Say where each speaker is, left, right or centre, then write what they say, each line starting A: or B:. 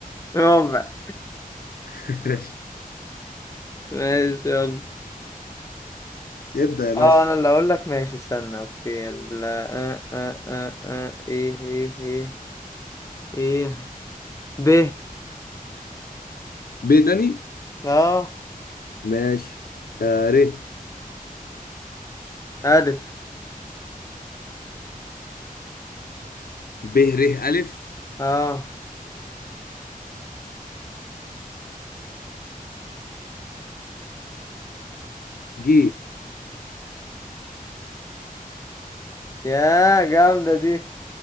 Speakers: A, on the left; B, on the left.
A: <laughs> ربع
B: <laughs> ماشي
A: ماشي يلا
B: ابدأ يا باشا
A: اه انا اللي اقول لك ماشي استنى اوكي يلا آه آه آه آه. ايه ايه ايه ايه ب
B: ب تاني
A: اه
B: ماشي آه ر
A: الف
B: ب ر ألف
A: اه
B: ج
A: يا جامدة دي